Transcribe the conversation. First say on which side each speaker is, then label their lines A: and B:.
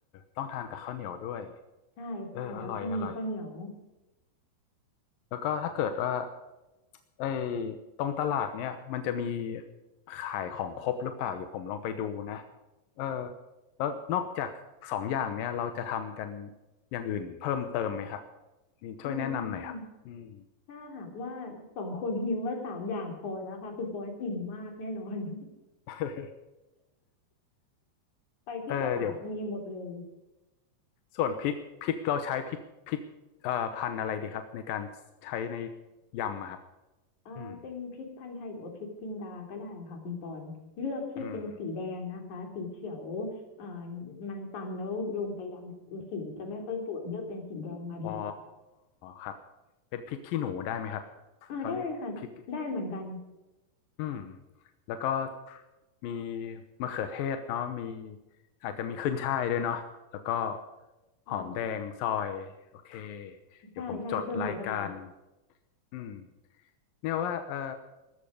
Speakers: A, on the left; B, on the left.
A: ต้องทานกับข้าวเหนียวด้วย
B: ใช่ใช่แล้วต้องมีข้าวเหนียว
A: เอออร่อยอร่อย แล้วก็ถ้าเกิดว่าไอ้ตรงตลาดเนี่ยมันจะมีขายของครบหรือเปล่าเดี๋ยวผมลองไปดูนะเออแล้วนอกจากสองอย่างเนี่ยเราจะทำกันอย่างอื่นเพิ่มเติมไหมครับนี่ช่วยแนะนำหน่อยครับอืม
B: อืมถ้าหากว่าสองคนนิ้วว่าสามอย่างพอแล้วค่ะคุณปอนอิ่มมากแน่นอน <laughs>
A: <laughs>
B: ไปที่ตลาดมีหมดเลย
A: เออเดี๋ยวส่วนพริกพริกเราใช้พริกพริกเอ่อพันธุ์อะไรดีครับในการใช้ในยำอะครับ
B: เอ่อเป็นพริกพันธุ์ไทยหรือว่าพริกจินดาก็ได้ค่ะคุณปอนเลือกที่เป็นสีแดงนะคะสีเขียว
A: อืมอืม
B: เอ่อมันตำแล้วลงไปดำเนี่ยสีจะไม่ค่อยสวยเลือกเป็นสีแดงมาดีกว่า
A: อ๋อครับเป็นพริกขี้หนูได้ไหมครับ
B: อ่าได้ค่ะได้เหมือนกัน
A: เขาเรียกพริก อืมแล้วก็มีมะเขือเทศเนาะมีอาจจะมีขึ้นฉ่ายด้วยเนาะแล้วก็
B: ใช่
A: หอมแดงซอยโอเคเดี๋ยวผมจดรายการ
B: ใช่ใช่เพิ่มไปได้
A: อืมเนี่ยว่าเออ